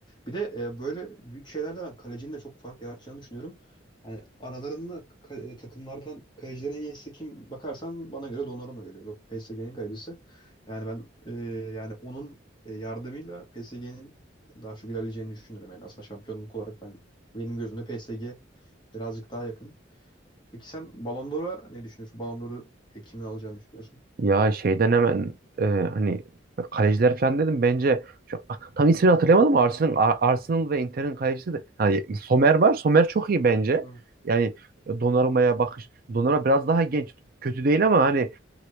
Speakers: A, on the left; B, on the right.
A: Bir de e, böyle büyük şeylerle ben kalecinin de çok fark yaratacağını düşünüyorum. Hani aralarında ka- e, takımlardan kalecilerin en iyisi kim bakarsan bana göre Donnarumma geliyor. PSG'nin kalecisi. Yani ben e, yani onun e, yardımıyla PSG'nin daha çok ilerleyeceğini düşünüyorum. Yani aslında şampiyonluk olarak ben benim gözümde PSG birazcık daha yakın. Peki sen Ballon d'Or'a ne düşünüyorsun? Ballon d'Or'u e, kimin alacağını düşünüyorsun?
B: Ya şeyden hemen e, hani kaleciler falan dedim bence şu, tam ismini hatırlayamadım ama Arsenal, Ar- Arsenal ve Inter'in kalecisi de hani Somer var. Somer çok iyi bence.
A: Hı.
B: Yani Donnarumma'ya bakış. Donnarumma biraz daha genç. Kötü değil ama hani